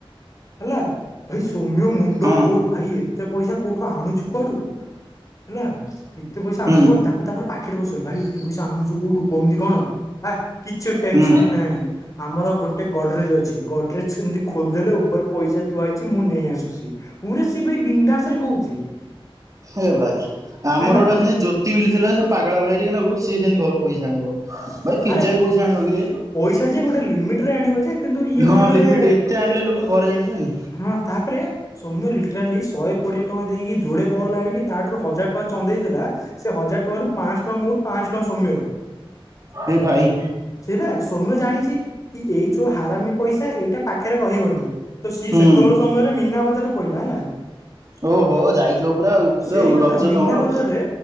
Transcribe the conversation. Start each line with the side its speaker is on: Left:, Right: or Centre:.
Left: ହେଲା, ଭାଇ ସୌମ୍ୟ ମୁଣ୍ଡ
Right: ହଁ
Left: ଗୋଲ ଭାଇ ଏତେ ପଇସା କୋଉଠୁ ଆଣୁଛୁ କୁଆଡୁ? ହେଲା ଏତେ ପଇସା
Right: ହୁଁ
Left: ଆଣୁଚୁ କୁଆଡୁ, ତାକୁ ତାପରେ ପାଖରେ ବସେଇଲୁ ଭାଇ ଏତେ ପଇସା ଆଣୁଚୁ କୋଉଠୁ କେମିତି କଣ? ହା କିଛି ଟେନସନ
Right: ହୁଁ।
Left: ନାହିଁ। ଆମର ଗୋଟେ ଗଡରେଜ ଅଛି, ଗଡରେଜ ଏମିତି ଖୋଲିଦେଲେ ଉପରେ ପଇସା ଥୁଆ ହେଇଛି ମୁଁ ନେଇ ଆସୁଛି। ପୁରା ସିଏ ଭାଇ ବିନ୍ଦାସ ରେ କହୁଛି।
Right: ହେ ଭାଇ, ଆମର
Left: ହେଲା
Right: ଗୋଟେ ସେମତି ଜ୍ୟୋତି ବିଲି ଥିଲା, ସେ ପାଗଳା ଭଳିଆ ଟିକେ ନାଗୁ। ସେ ସେମିତି ଘରୁ ପଇସା ଆଣିବ, ଭାଇ କେଯାଏ
Left: ଆରେ
Right: ପଇସା ଆଣିବ କିରେ?
Left: ପଇସା ଯେ ଗୋଟେ ଲିମିଟ ରେ ଆଣିବ ଯେ କିନ୍ତୁ ଇଏ ଏମିତି
Right: ହଁ
Left: ଗୋଟେ
Right: ଲିମିଟ, ଏତେ ଆଣିଲେ ଲୋକ ଘରେ ଜାଣିିବେନି।
Left: ହଁ ତାପରେ ସୌମ୍ୟ ଲିଟରାଲି ଶହେ କୋଡିଏ ଟଙ୍କା ଦେଇକି, ଯୋଡେ ବଲ ଆଣିକି ତାଠାରୁ ହଜାର ଟଙ୍କା ଚନ୍ଦେଇ ଦେଲା। ସେ ହଜାର ଟଙ୍କା ରୁ ପାଞ୍ଚ ଶହ ଟଙ୍କା ମୋର, ପାଞ୍ଚ ଶହ ଟଙ୍କା ସୌମ୍ୟର।
Right: ଏ ଭାଇ।
Left: ସେଇ ବା, ସୌମ୍ୟ ଜାଣିଛି କି ଏଇ ଯୋଉ ହାରାମି ପଇସା ଏଇଟା ପାଖରେ ରହିବନି, ତ ସିଏ
Right: ହୁଁ
Left: ସେତେବେଳ ସମୟରେ ମୀନା ବଜାରେ ପଇଲା ହେଲା।
Right: ଓହୋ ଯାଇଥିବ ପୁରା ଆଉ ପୁରା
Left: ସେଇ
Right: ଆଉ
Left: କଥା
Right: ରଜ
Left: ମିନା
Right: ତମର ଆଉ
Left: ବଜାରରେ